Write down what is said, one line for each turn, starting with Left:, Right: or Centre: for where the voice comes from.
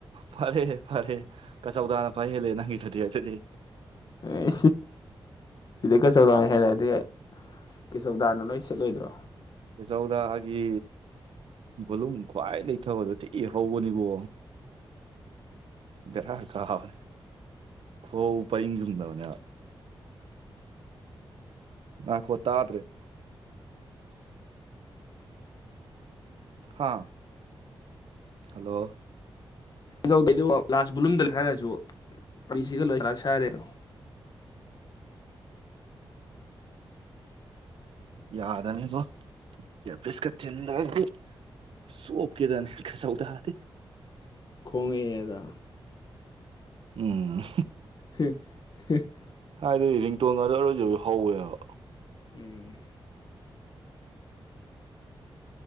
Right: ꯐꯔꯦ ꯐꯔꯦ ꯀꯁꯥꯎ ꯗꯅ ꯐꯥ ꯍ‌ꯦꯜꯂ‌ꯦ ꯅꯪꯒꯤ ꯗꯨꯗꯤ ꯑꯗꯨꯗꯤ꯫
Left: ꯑꯦ ꯁꯤꯗꯩ ꯀꯆꯧꯗꯅ ꯍꯦꯜꯂ ꯗꯤ ꯀꯦꯆꯧꯗꯥꯅ ꯂꯣꯢ ꯁꯤꯠꯂꯣꯏꯗ꯭ꯔꯣ
Right: ꯀꯆꯧꯗꯒꯤ ꯚꯣꯂꯨꯝ ꯈ꯭ꯋꯥꯏ ꯂꯩꯊꯕꯗꯣ ꯊꯤꯅ ꯍꯧꯕꯅꯤꯀꯣ ꯕꯦꯔꯥ ꯈꯥꯕꯅꯦ ꯈꯨꯍꯧ ꯄꯔꯤꯡ ꯆꯨꯝꯗꯕꯅꯦꯕ ꯅꯥꯏꯈꯣ ꯇꯥꯗ꯭ꯔꯦ ꯍꯥ ꯍꯜꯂꯣ
Left: ꯑꯗꯨꯐ ꯂꯥꯁ ꯕꯨꯣꯂꯨꯝꯗ ꯍꯥꯏꯔꯛꯁꯨ ꯄꯁꯤꯒ ꯂꯣꯏ ꯁꯥꯂꯥꯛ ꯍꯥꯏꯔꯦꯗꯣ
Right: ꯌꯥꯗꯕꯅꯦꯕꯨ ꯌꯦꯔ ꯄꯤꯁꯀ ꯊꯤꯟꯗ꯭ꯔꯥꯗꯤ꯫ ꯆꫭꯞ ꯀꯦꯗꯅꯤ ꯀꯆꯧꯗꯗꯤ
Left: ꯈꯣꯡꯉ‌ꯦꯗꯣ
Right: ꯎꯝ
Left: <unintelligible>
Right: ꯍꯥꯏꯗꯤ ꯔꯤꯇꯣꯟ ꯑꫭꯏꯔꯕꯁꯨ ꯍꯧꯋꯦꯕ
Left: ꯎꯝ